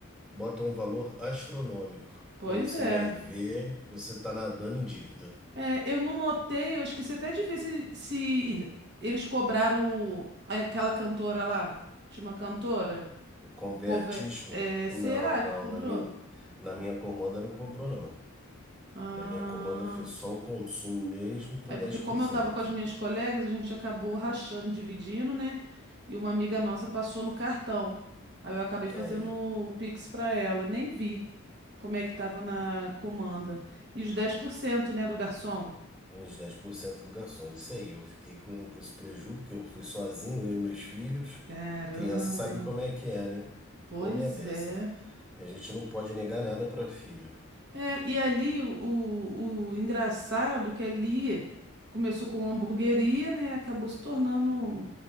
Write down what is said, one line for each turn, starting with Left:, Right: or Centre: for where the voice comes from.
Centre: botam um valor astronômico.
Right: Pois
Centre: Quando você
Right: é.
Centre: vai ver, você tá nadando em dívida.
Right: É, eu não notei, eu esqueci até de ver se, se eles cobraram o- aquela cantora lá. Tinha uma cantora?
Centre: Convertisco?
Right: O cover. É,
Centre: Não,
Right: será
Centre: não,
Right: que cobrou?
Centre: na minha, na minha comanda não cobrou, não.
Right: Ah.
Centre: Na minha comanda foi só o consumo mesmo com
Right: É
Centre: dez
Right: porque
Centre: por
Right: como
Centre: cento
Right: eu estava com as minhas colegas, a gente acabou rachando, dividindo, né? E uma amiga nossa passou no cartão. Aí eu acabei fazendo
Centre: é
Right: o Pix para ela, nem vi como é que estava na comanda. E os 10%, né, do garçom.
Centre: Uns 10% do garçom, isso aí. Eu fiquei com, com esse prejuízo porque eu fui sozinho, eu e meus filhos.
Right: Caramba,
Centre: Criança sabe
Right: hein?
Centre: como é que é, né?
Right: Pois
Centre: Come a beça.
Right: é.
Centre: E a gente não pode negar nada para filho.
Right: É, e ali o, o, o engraçado é que ali começou com uma hamburgueria, né? Acabou se tornando